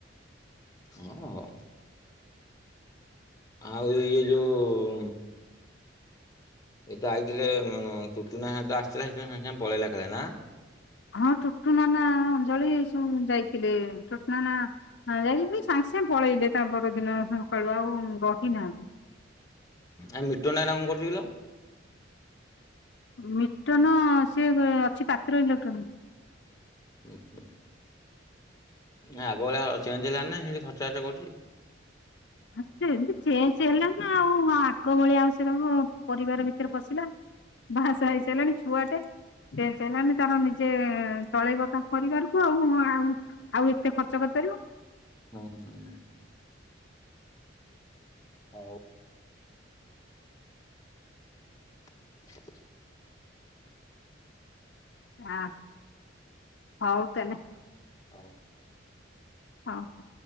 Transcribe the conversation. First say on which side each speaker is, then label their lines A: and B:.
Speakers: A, on the left; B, on the left.
A: ହଁ ହ। ଆଉ ଇଏ ଯୋଉ ଏ ତ ଆଇଥିଲେ ଉଁ ତୁତୁନା ହଇତ ଆସିଥିଲା ସେଥିପାଇଁ ସାଙ୍ଗେ ସାଙ୍ଗେ ପଳେଇଲା କାଳେ ନା।
B: ହଁ ଟୁଟୁନା ନା ଅଞ୍ଜଳି ସବୁ ଯାଇଥିଲେ। ଟୁଟୁନା ନା ଯାଇ ନଥିଲେ କି ସାଙ୍ଗେ ସାଙ୍ଗେ ପଳେଇଲେ। ତା ପରଦିନ ସକାଳୁ ଆଉ ରହିନାହାନ୍ତି ।
A: ଆଉ ମିଟୁ ନାନା କଣ କରୁଛି କିଲୋ?
B: ମିଟନ ସେ ଅଛି ପାତ୍ର ଇଲେକ୍ଟ୍ରୋନିକ।
A: ଓହ। ନାଇ ଆଗଭଳିଆ ଚେଞ୍ଜ ହେଲାଣି ନା ସେଇନ୍ତି ଖର୍ଚ ବାର୍ଚ୍ଚ କରୁଛି?
B: ଆ ଚେଞ୍ଜ ହେଲାଣି ଆଉ ଆଗ ଭଳିଆ ଆଉ ସେଟ ପରିବାର ଭିତରେ ପଶିଲା ବାହାଶାହା ହେଇସାରିଲାଣି ଛୁଆଟେ ଚେଞ୍ଜ ହେଲାଣି ତାର ନିଜେ ଚଳେଇବ ତା ପରିବାରକୁ ଆଉ ଆଉ ଆଉ ଏତେ ଖର୍ଚ୍ଚ କରିପାରିବ?
A: ହୁଁ ହ। ହଉ। <inaudible>
B: ହ ହଉ ତା ହେଲେ।
A: ହଉ।
B: ହଁ ହୋ।